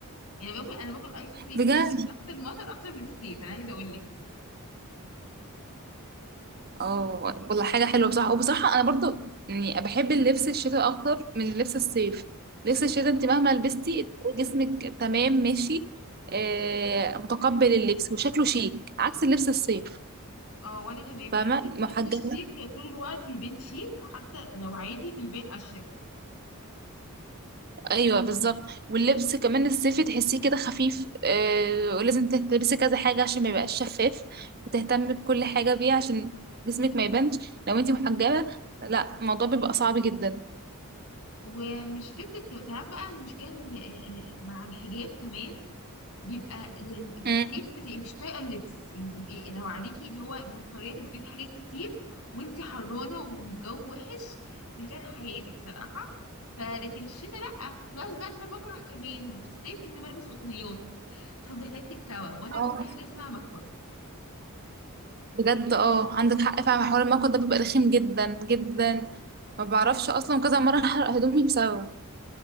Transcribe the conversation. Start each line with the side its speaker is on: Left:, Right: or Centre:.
Left: يعني باكل انا باكل ايس كريم
Right: بجد
Left: في الشتاء تحت المطر اكتر من الصيف انا عايزه اقول لك
Right: اه والله حاجه حلوه بصراحه وبصراحه انا برضو يعني بحب اللبس الشتاء اكتر من لبس الصيف لبس الشتاء انت مهما لبستي تلاقي جسمك تمام ماشي آه متقبل اللبس وشكله شيك عكس اللبس الصيف
Left: اه وانا كمان
Right: فاهمه
Left: بحس ان اللبس
Right: محجبه
Left: الشيك طول الوقت بيبان شيك حتى لو عادي بيبان اشيك
Right: ايوه بالظبط واللبس كمان الصيفي تحسيه كده خفيف آه ولازم تلبسي كذا حاجه عشان ما يبقاش شفاف وتهتمي بكل حاجه بيه عشان جسمك ما يبانش لو انتي محجبه لا الموضوع بيبقى صعب جدا
Left: ومش فكره كم ساعات بقى المشكله إن- إيه- إيه، مع الحجاب كمان بيبقى لان في
Right: مم.
Left: الصيف بتبقي مش طايقه اللبس يعني تبقي لو عليكي اللي هو مضطريه تلبسي حاجات كتير وانتي حرانه وجو وحش دي كان حياتك صراحه فلكن الشتاء لا بلس بقى ان انا بكره كمان في الصيف ان أنا بلبس قطنيات فبتحتاج تتكوى وانا
Right: اه
Left: بكره حاجه اسمها مكوى
Right: بجد اه عندك حق فعلا حوار المكوى ده بيبقى رخيم جدا جدا ما بعرفش اصلا كذا مره احرق هدومي بسببه